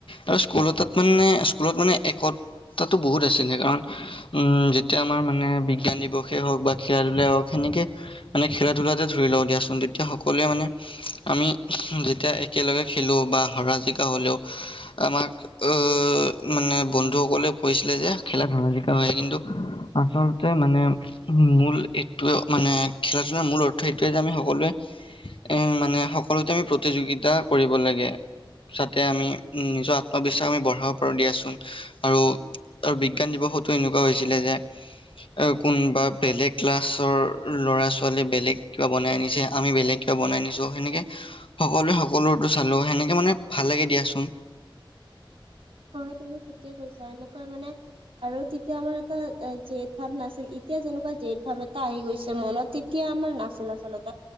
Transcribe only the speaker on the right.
হয় তুমি ঠিকে কৈছা, এনেকুৱা মানে আৰু তেতিয়া আমাৰ এটা জেদ ভাৱ নাছিল, এতিয়া যেনেকুৱা জেদ ভাৱ এটা আহি গৈছে মনত তি তিয়া আমাৰ নাছিল আচলতে